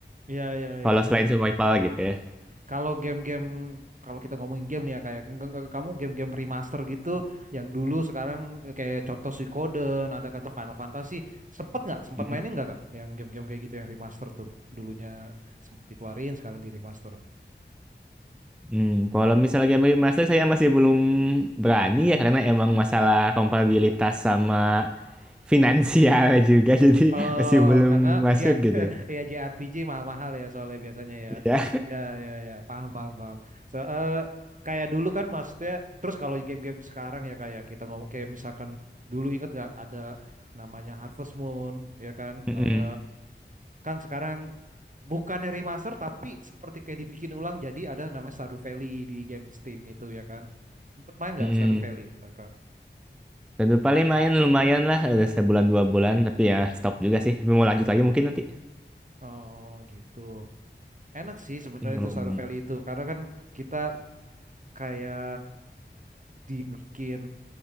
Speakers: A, on the right; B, in the centre.
A: ya ya
B: Kalau
A: ya
B: selain survival gitu ya.
A: Kalau game-game kalau kita ngomongin game nih ya kayak nge- nge- kamu game-game remaster gitu yang dulu sekarang eh, kayak contoh Suikoden ada kata Final Fantasy sempet nggak sempat
B: Hmm.
A: mainin nggak kak yang game-game kayak gitu yang remaster tuh dulunya sempet dikeluarin sekarang di remaster
B: Hmm, kalau misalnya game remaster saya masih belum berani ya karena emang masalah kompatibilitas sama finansial <laughs> juga jadi
A: Oh,
B: masih belum
A: karena
B: masuk
A: J
B: gitu
A: <laughs> ya JRPG mahal-mahal ya soalnya biasanya ya.
B: ya
A: Ya ya ya, paham paham paham. So, eh, kayak dulu kan maksudnya terus kalau game-game sekarang ya kayak kita ngomong kayak misalkan dulu ingat nggak ada namanya Harvest Moon ya kan?
B: Mm-mm,
A: Ada kan sekarang bukannya remaster tapi seperti kayak dibikin ulang jadi ada namanya Stardew Valley di game Steam itu ya kan? Sempet main nggak
B: mm-mm.
A: Stardew Valley, Kakak?
B: Dan tuh paling main lumayan lah udah sebulan dua bulan tapi ya stop juga sih tapi mau lanjut lagi mungkin nanti
A: Oh gitu. Enak sih sebenarnya
B: belum
A: itu Stardew Valley itu karena kan kita kayak dibikin